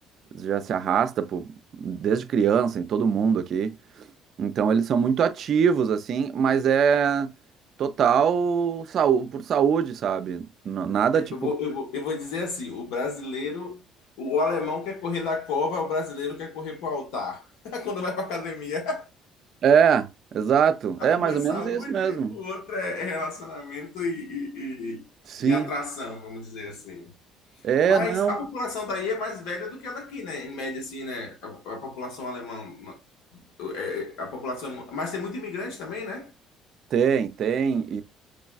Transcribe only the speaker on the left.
Eu vou, eu vou, eu vou dizer assim: o brasileiro, o alemão quer correr na cova, o brasileiro quer correr pro altar. <laughs> Quando vai pra academia,
um
é
saúde,
o outro é é relacionamento e, e,
e- e atração, vamos dizer assim.
Mas
a população daí é mais velha do que a daqui, né? Em média, assim, né? A, a população alemã, é, é, a população. Mas tem muito imigrante também, né?